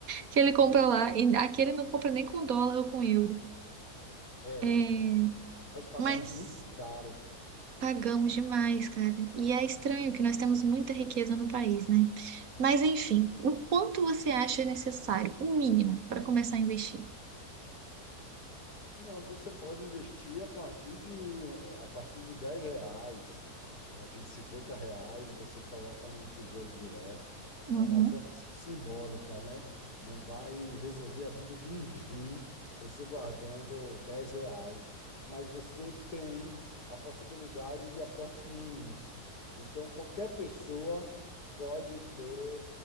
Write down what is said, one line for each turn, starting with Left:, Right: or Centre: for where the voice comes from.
Right: que ele compra lá. E aqui ele não compra nem com dólar ou com euro.
Left: É,
Right: É,
Left: nós pagamos
Right: mas.
Left: muito caro
Right: Pagamos demais, cara. E é estranho que nós temos muita riqueza no país, né? Mas enfim, o quanto você acha necessário, o mínimo, para começar a investir?
Left: Não, você pode investir a partir de, a partir de 10 reais, a partir de 50 reais, você coloca num tesouro direto.
Right: Uhum.
Left: É uma operação simbólica, né? Não vai resolver a vida de ninguém você guardando 10 reais, mas você tem a possibilidade de aportes mínimos. Então, qualquer pessoa pode ter,